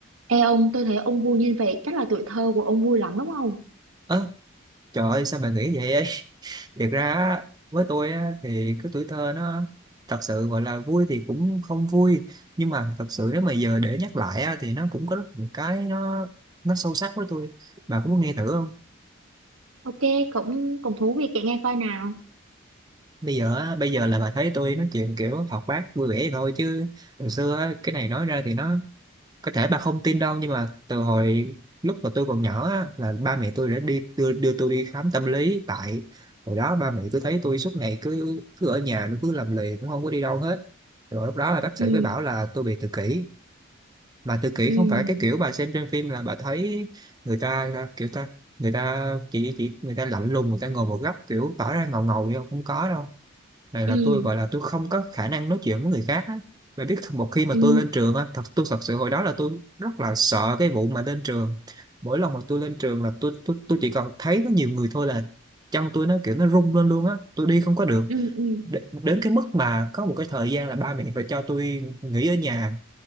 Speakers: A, on the right; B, on the right.
A: Ê ông, tôi thấy ông vui như vậy, chắc là tuổi thơ của ông vui lắm đúng không?
B: Ơ, trời ơi sao bà nghĩ vậy ấy <laughs> thiệt ra á, với tôi á, thì cái tuổi thơ nó thật sự gọi là vui thì cũng không vui nhưng mà thật sự nếu mà giờ để nhắc lại á, thì nó cũng có rất nhiều cái nó nó sâu sắc với tôi bà cũng muốn nghe thử không
A: Ok, cũng cũng thú vị kể nghe coi nào.
B: bây giờ á, bây giờ là bà thấy tôi nói chuyện kiểu hoạt bát vui vẻ vậy thôi chứ hồi xưa á, cái này nói ra thì nó có thể bà không tin đâu nhưng mà từ hồi lúc mà tôi còn nhỏ á, là ba mẹ tôi đã đi đưa, đưa tôi đi khám tâm lý tại hồi đó ba mẹ tôi thấy tôi suốt ngày cứ cứ ở nhà nó cứ làm lì cũng không có đi đâu hết rồi lúc đó là bác sĩ
A: Ừ,
B: mới bảo là tôi bị tự kỷ mà tự kỷ
A: ừ,
B: không phải cái kiểu bà xem trên phim là bà thấy người ta kiểu ta người ta chỉ chỉ người ta lạnh lùng người ta ngồi một góc kiểu tỏ ra ngầu ngầu vậy không Không có đâu này
A: ừ,
B: là tôi gọi là tôi không có khả năng nói chuyện với người khác á và biết một khi mà
A: ừ,
B: tôi lên trường á thật tôi thật sự hồi đó là tôi rất là sợ cái vụ mà lên trường mỗi lần mà tôi lên trường là tôi tôi tôi chỉ còn thấy có nhiều người thôi là chân tôi nó kiểu nó rung lên luôn á tôi đi không có được
A: ừ, ừ,
B: Đ đến cái mức mà có một cái thời gian là ba mẹ phải cho tôi nghỉ ở nhà